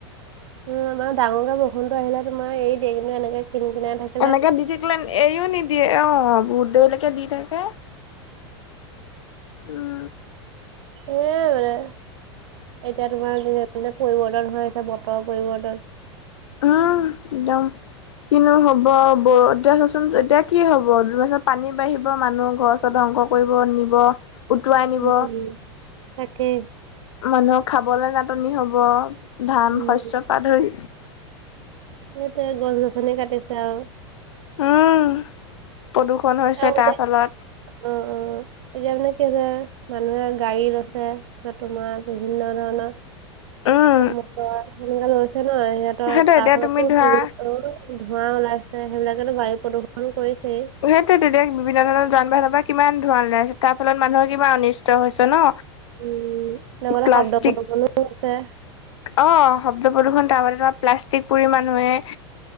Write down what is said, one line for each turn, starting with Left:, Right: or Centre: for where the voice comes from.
Right: উম আমাৰ ডাঙৰক বৰষুণ আহিলে তোমাৰ এৰি দিয় কিন্তু এনেকে কিন কিনাই থাকে
Left: এনেকে দি থাকিলে এইও নিদিয়ে অ বহুত দেৰিলৈকে দি থাকে উম
Right: এ মানে এতিয়া তোমাৰ যেনে পৰিৱৰ্তন হৈ আছে বতৰৰ পৰিৱৰ্তন
Left: উম একদম কিনো হ'ব বৰ এতিয়া কি হ'বত পানী বাঢ়িব মানুহ ঘৰ চৰ ধ্বংস কৰিব নিব। উটুৱাই নিব
Right: উম তাকে।
Left: মানুহক খাবলে নাটনি হ'ব ধান
Right: উম
Left: শস্যপা ধৰি।
Right: সেইটো গছ- গছনি কাটিছে আৰু।
Left: উম প্ৰদূষণ হৈছে
Right: আৰু মানে
Left: তাৰ ফলত।
Right: অ', অ'। এতিয়া মানে কি যে মানুহে গাড়ীত আছে বা তোমাৰ বিভিন্ন ধৰণৰ
Left: উম
Right: ত মোক তই সেনেকা লৈছে ন সিহঁতৰ
Left: সেইটো
Right: তাৰ
Left: এতিয়া
Right: ফলতোৰ
Left: তুমি ধৰা
Right: ধোঁৱা ওলাইছে সেইবিলাকেতো বায়ু প্ৰদূষণ কৰিছেই।
Left: সেইটোৱেতো দেশ বিভিন্ন ধৰণৰ যান বাহনৰ পৰা কিমান ধোঁৱা ওলাইছে তাৰ ফলত মানুহৰ কিমান অনিষ্ট হৈছে ন
Right: উম এনেকুৱা
Left: প্লাষ্টিক
Right: শব্দ প্ৰদূষণো হৈছে
Left: অ শব্দ প্ৰদূষণ তাৰ বাবে তোমাৰ প্লাষ্টিক পুৰি মানুহে